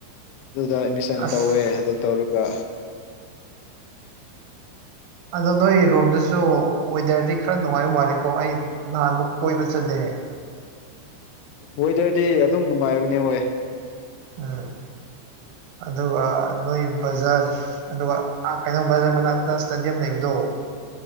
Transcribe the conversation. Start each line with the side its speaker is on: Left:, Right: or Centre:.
Left: ꯑꯗꯨꯗ ꯑꯦꯠꯃꯤꯁꯟ
Right: ꯑꯁ
Left: ꯇꯧꯋꯦ ꯑꯗꯨ ꯇꯧꯔꯒ
Right: ꯑꯗꯣ ꯅꯣꯏꯔꯣꯝꯗꯁꯨ ꯁꯣ ꯋꯦꯗꯔꯗꯤ ꯈꯔ ꯅꯨꯡꯉꯥꯏꯕ ꯃꯥꯜꯂꯦꯀꯣ ꯑꯩ ꯅꯍꯥꯟꯃꯨꯛ ꯀꯣꯏꯕ ꯆꯠꯂꯦ
Left: ꯋꯦꯗꯔꯗꯤ ꯑꯗꯨꯝ ꯅꯨꯡꯉꯥꯏꯕꯅꯤ ꯍꯣꯏ
Right: ꯎꯝ ꯑꯗꯨꯒ ꯅꯣꯏ ꯕꯖꯥꯔ ꯑꯗꯨꯒ ꯀꯩꯅꯣ ꯕ ꯃꯅꯥꯛꯇ ꯏꯁ꯭ꯇꯦꯗꯤꯌꯝ ꯂꯩꯕꯗꯣ